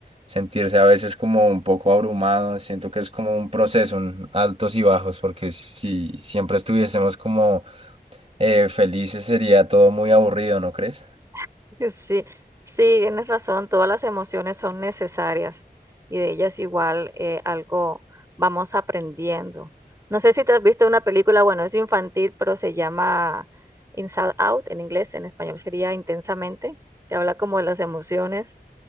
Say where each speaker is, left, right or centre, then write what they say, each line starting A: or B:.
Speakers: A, on the right (about 35°); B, on the right (about 20°).
A: sentirse a veces como un poco abrumado, siento que es como un proceso, un altos y bajos, porque si siempre estuviésemos como eh, felices sería todo muy aburrido, ¿no crees?
B: <laughs> sí, sí, tienes razón, todas las emociones son necesarias y de ellas igual eh, algo vamos aprendiendo. No sé si te has visto una película, bueno, es infantil, pero se llama Inside Out en inglés, en español sería Intensamente, que habla como de las emociones